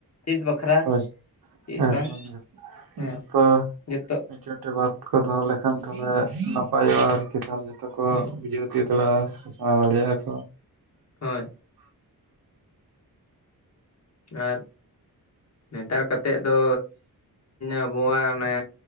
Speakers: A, on the left; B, on the right.
A: ᱪᱮᱫ ᱵᱟᱠᱷᱨᱟ
B: ᱦᱳᱭ
A: ᱪᱮᱫ
B: ᱮᱠᱫᱚᱢ
A: ᱵᱟᱝ
B: ᱡᱷᱚᱛᱚ
A: ᱦᱮᱸ
B: ᱪᱮᱫ
A: ᱡᱚᱛᱚ
B: ᱢᱮᱫᱴᱮᱱ ᱵᱟᱫ ᱠᱚ ᱫᱚᱦᱚ ᱞᱮᱠᱷᱟᱱ ᱛᱟᱦᱚᱞᱮ ᱱᱟᱯᱟᱭᱚᱜᱼᱟ ᱟᱨᱠᱤ ᱛᱟᱦᱚᱞᱮ ᱡᱚᱷᱛᱚ ᱠᱚ
A: ᱦᱩᱸ
B: ᱵᱩᱡᱷᱟᱹᱣ ᱩᱪᱩᱭ ᱥᱮᱬᱟ ᱥᱮᱬᱟ ᱫᱟᱲᱮᱭᱟᱜᱼᱟ ᱠᱚ᱾
A: ᱦᱳᱭ᱾ ᱟᱨ ᱱᱮᱛᱟᱨ ᱠᱟᱛᱮᱫ ᱫᱚ ᱟᱵᱚᱣᱟᱜ ᱚᱱᱮ